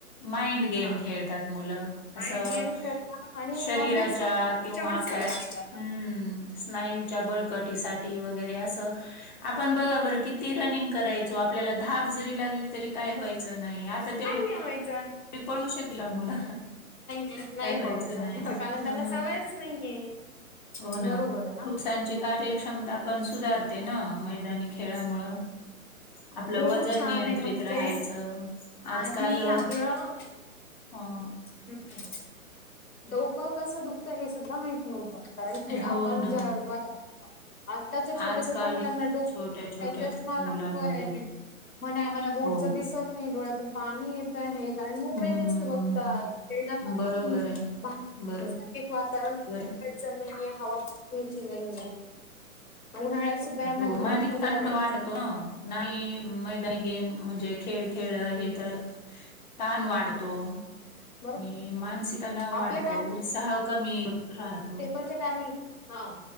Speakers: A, on the left (about 30°); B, on the left (about 75°).
A: माइंड गेम
B: हा
A: खेळतात. मुलं
B: माइंड
A: असं,
B: गेम खेळता आणि
A: शरीराच्या
B: अभ्यास पण त्याच्यावरच
A: किंवा आपल्या
B: करायच
A: हम्...
B: त्यांना
A: स्नायूच्या बळकटीसाठी वगैरे असं आप आपण बघा बरं, किती रनिंग करायचो, आपल्याला धाप जरी लागली तरी काय व्हायचं नाही. आता तेवढ
B: नेवायचा...
A: री पळू शकला मुला.
B: नाही
A: काय
B: नाही
A: व्हायचं
B: पडू शकणार
A: नाही.
B: कारण
A: ह....
B: त्यांना सवयच नाहीये
A: हो... ना
B: बरोबर आहे ना.
A: पुरसांची कार्यक्षमता पण सुधारते ना. मैदानी खेळमूळ... आपलं
B: खूप
A: वजन
B: छान
A: नियंत्रित
B: आहे म्हणजे
A: राहायचं. आजकाल...
B: आधी आपलं
A: हा....
B: <inaudible> डोकं कसं दुखतं हे सुद्धा माहित नव्हतं कारण की
A: हो
B: आपण
A: ना
B: ज्या विभागातून आत्ताच्या छोट्या
A: आजकाल
B: छोट्या मुलांना डोकतोय
A: छोट्या छोट्या
B: चष्मा लागतोय.
A: मुलांमध्ये
B: म्हणे आम्हाला बोर्डच
A: हो
B: दिसत नाय डोळ्यातून पाणी येत आहे कारण
A: हम्म
B: मोबाईल जास्त बघतात खेळन कमी.
A: बरोबर आहे बरोबर
B: सारखे वातावरण
A: आहे.
B: च नाही ए हवा नाहीे ए उन्हाळ्यात यांना
A: हो
B: घरात
A: मानिक
B: कूलर
A: तण
B: आणि
A: पण वाढतो ना नाही मैदानी गेम म्हणजे खेळ खेळ हे तर तहाण वाढतो.
B: बरोबर
A: आणि मानसिक अणाव वाढतो
B: आपल्या
A: उत्साह कमी राहतो.
B: बचत आणि हा